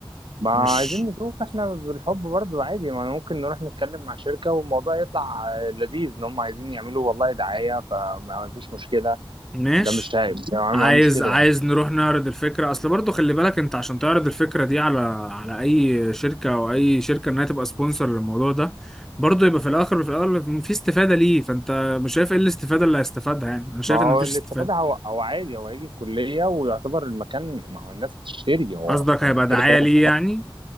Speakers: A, on the right; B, in the centre.
A: ما عايزين
B: مش
A: نشوف احنا بالحب برضو عادي ما ممكن نروح نتكلم مع شركة والموضوع يطلع لذيذ ان هم عايزين يعملوا والله دعاية فما فيش مشكلة
B: ماشي
A: ده مش عيب ده ما
B: عايز
A: هو مشكلة
B: عايز
A: يعني
B: نروح نعرض الفكرة اصل برضو خلي بالك انت عشان تعرض الفكرة دي على على اي شركة او اي شركة انها تبقى سبونسر للموضوع ده برضو يبقى في الاخر وفي الاول في استفادة ليه فانت مش شايف ايه الاستفادة اللي هيستفادها يعني انا شايف
A: ما هو
B: ان مفيش
A: الاستفادة
B: استفادة
A: هو هو عادي هو هيجي الكلية ويعتبر المكان ما هو الناس هتشتري هو
B: قصدك
A: هو انت
B: هيبقى
A: كده
B: دعاية
A: كده
B: ليه
A: هتشتري.
B: يعني